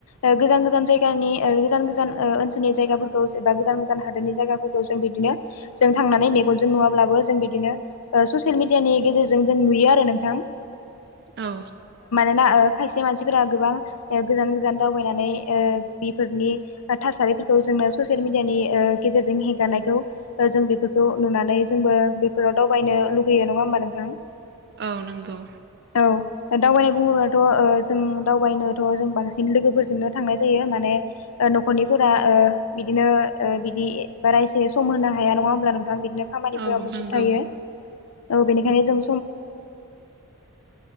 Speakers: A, on the left; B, on the right.
A: ओ गोजान गोजान जायगानि ओ गोजान गोजान ओ ओनसोलनि जायाफोरखौ एबा गोजान गोजान हादोरनि जायगाफोरखौ जों बिदि नो जों थांनानै मेगनजों‌ नुयाल्बाबो बिदिनो ओ ससेलमिडयिनि गेजेरजों जों नुयो आरो नोंथां।
B: औ
A: ना खायसे मानसिफोरा गोबां गोजान गोजान दावबायनानै बेफोरनि थासारि जेलयानि गेजेरजों हेंगारनायखौ जों बे नुनानै जोंबो फोरावबायनो लुगैयो नङा होमबा नोंथां।
B: औ नंगौ।
A: औ दावबायनाय बुङोब्लाथ' जों दावबायनोथ' जों बांसिन लोगोफोरजोंनो थांनाय जायो माने न'खरनिफोरा बिदिनो बिदि बारा एसे सम होनो हाया नङा होमब्ला नों बिदिनो खामानिफोरा
B: औ
A: मुखुब
B: नंगौ
A: थायो औ बेनि <unintelligible> थि बेबायदिनो